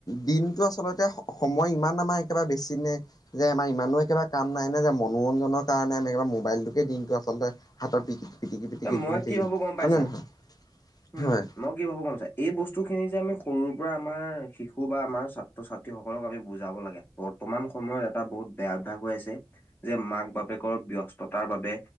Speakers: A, on the left; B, on the left.
A: দিনটো আচলতে সময় ইমান আমাৰ একেবাৰে বেছি নে। যে আমাৰ ইমানো একেবাৰে কাম নাই নে যে মনোৰঞ্জনৰ কাৰণে আমি মোবাইলটোকে দিনটো আচলতে হাতৰ পিটি পিটিকি পিটিকি
B: এ মই
A: বহি
B: কি
A: থাকিম
B: ভাবো গম পাইছা
A: হয়নেে নহয়।
B: উম।
A: হয়
B: মই কি ভাবো গম আছা এই বস্তুখিনি যে আমি সৰুৰ পৰা আমাৰ শিশু বা আমাৰ ছাত্ৰ ছাত্ৰীসকলক আমি বুজাব লাগে। বৰ্তমান সময়ত এটা বহুত বেয়া অভ্যাস হৈ আছে যে মাক বাপ বাপেকৰ ব্যস্ততাৰ বাবে